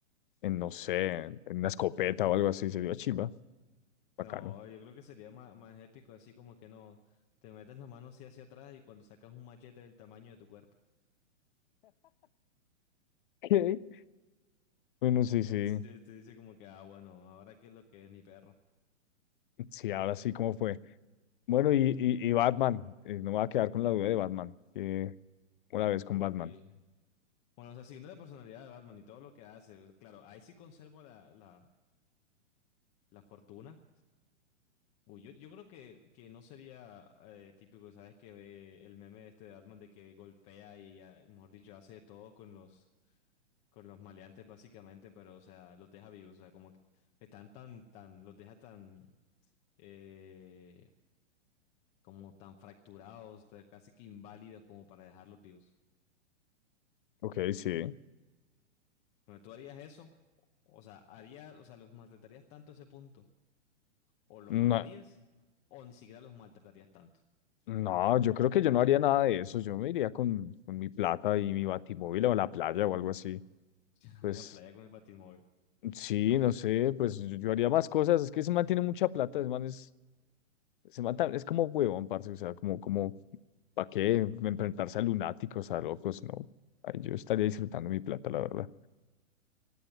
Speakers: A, on the left; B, on the left.
A: en no sé, en, en una escopeta o algo así. Sería chimba, bacano.
B: No, yo creo que sería más, más épico, así como que no, te metes la mano así hacia atrás y cuando sacas un machete del tamaño de tu cuerpo,
A: Ok. Bueno, sí, sí.
B: ahí sí te, te dice como que, ah, bueno, ahora qué es lo que es mi perro.
A: Sí, ahora sí, ¿cómo fue? Bueno, y, y, y Batman. eh, no me voy a quedar con la duda de Batman. que una vez con
B: Uy.
A: Batman.
B: Bueno, o sea, siguiendo la personalidad de Batman y todo lo que hace, pues, claro, ahí sí conservo la, la, la fortuna, Uy, yo, yo creo que, que no sería eh, típico, ¿sabes? Que ve el meme este de Atman de que golpea y, ah, mejor dicho, hace de todo con los, con los maleantes básicamente, pero, o sea, los deja vivos, o sea, como que están tan, tan, los deja tan, eh, como tan fracturados, tan casi que inválidos como para dejarlos vivos.
A: Ok, sí.
B: Bueno, ¿tú harías eso? O sea, harías, o sea, los maltratarías tanto a ese punto, o los
A: No,
B: matarías, o ni siquiera los maltratarías tanto
A: no, yo creo que yo no haría nada de eso. Yo me iría con, con mi plata y mi batimóvil o a la playa o algo así.
B: <laughs>
A: Pues
B: en la playa con el batimóvil.
A: sí, no sé, pues yo, yo haría más cosas. Es que ese man tiene mucha plata, ese man es, ese man tam- es como huevón, parce. O sea, como, como, ¿para qué enfrentarse a lunáticos, a locos? No. Ay, yo estaría disfrutando mi plata, la verdad.